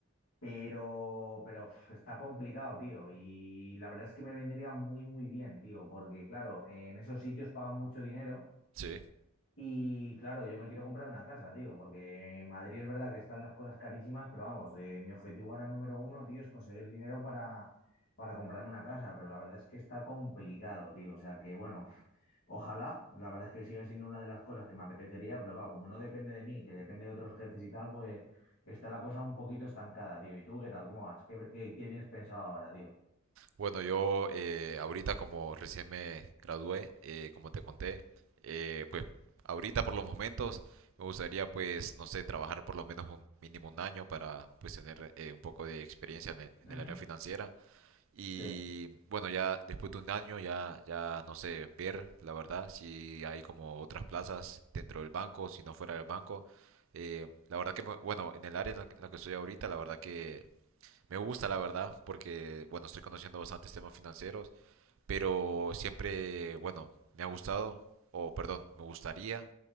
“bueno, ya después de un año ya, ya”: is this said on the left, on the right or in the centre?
Right